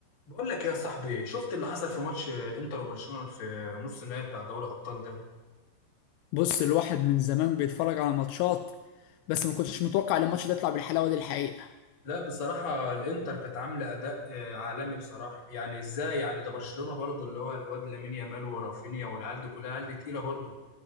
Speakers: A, on the left; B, on the left.
A: بقول لك يا صاحبي شفت اللي حصل في ماتش الانتر وبرشلونة في نص النهائي بتاع دوري الابطال ده
B: بص الواحد من زمان بيتفرج على ماتشات بس ما كنتش متوقع ان الماتش ده يطلع بالحلاوه دي الحقيقه
A: لا بصراحة الانتر كانت عاملة اداء آه، عالمي بصراحة يعني ازاي يعني ده برشلونة برضو اللي هو الواد لامين يامال ورافينيا والعيال دي كلها العيال دي تقيلة برضو